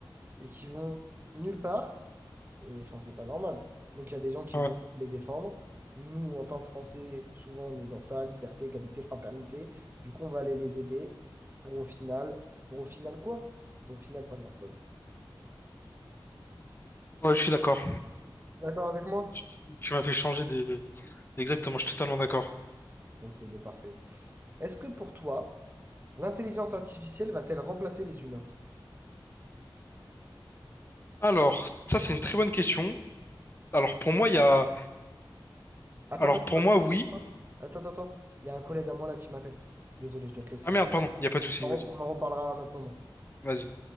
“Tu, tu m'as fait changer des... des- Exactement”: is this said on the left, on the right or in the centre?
Left